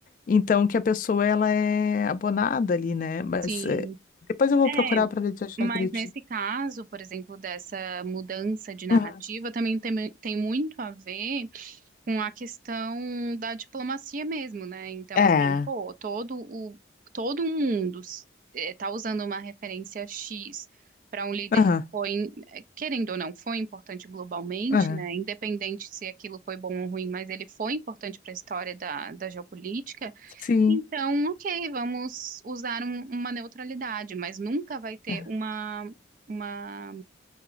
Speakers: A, on the left; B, on the right.
A: então que a pessoa ela é abonada ali, né? Mas
B: sim.
A: eh, depois eu vou
B: É,
A: procurar para ver se eu achar
B: Mas
A: direitinho.
B: nesse caso, por exemplo, dessa mudança de narrativa,
A: Aham.
B: também tem, tem muito a ver com a questão da diplomacia mesmo, né? Então,
A: É,
B: assim, pô, todo o todo um mundo está usando uma referência X para um líder
A: aham,
B: que foi, em- eh, querendo ou não, foi importante globalmente,
A: aham,
B: né? Independente se aquilo foi bom ou ruim, mas ele foi importante para a história da, da geopolítica.
A: sim,
B: Então, ok, vamos usar um- uma neutralidade, mas nunca vai ter
A: é,
B: uma, uma,